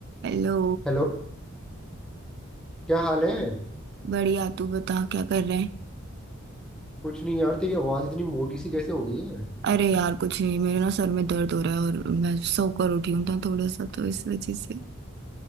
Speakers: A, on the right; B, in the centre.
A: Hello
B: Hello क्या हाल है
A: बढ़िया तू बता क्या कर रहे हैं
B: कुछ नहीं यार तेरी आवाज इतनी मोटी सी कैसे हो गई है
A: अरे यार कुछ नहीं मेरे ना सर में दर्द हो रहा है और मैं सोकर उठी हूँ ना थोड़ा सा तो इस वजह से